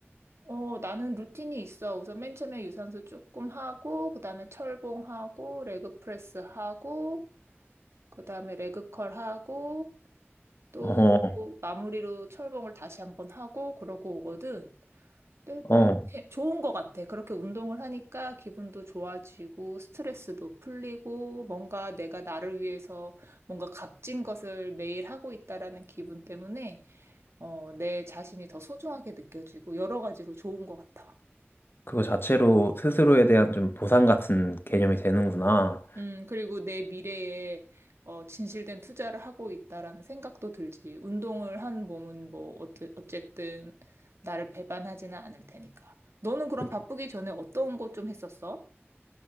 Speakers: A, on the right (about 70°); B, on the left (about 55°).
A: 어 나는 루틴이 있어. 우선 맨 처음에 유산소 조금 하고 그다음에 철봉하고 레그 프레스 하고 그다음에 레그 컬 하고 또
B: 어,
A: 마무리로 철봉을 다시 한번 하고 그러고 오거든. 근데
B: 어.
A: 너무 게- 좋은 것 같아. 그렇게 운동을 하니까 기분도 좋아지고 스트레스도 풀리고 뭔가 내가 나를 위해서 뭔가 값진 것을 매일 하고 있다라는 기분 때문에 어, 내 자신이 더 소중하게 느껴지고 여러 가지로 좋은 것 같아.
B: 그거 자체로 스스로에 대한 좀 보상 같은 개념이 되는구나.
A: 음, 그리고 내 미래에 어, 진실된 투자를 하고 있다라는 생각도 들지. 운동을 한 몸은 뭐 어째- 어쨌든 나를 배반하지는 않을 테니까. 너는 그럼
B: 그-
A: 바쁘기 전에 어떤 거 좀 했었어?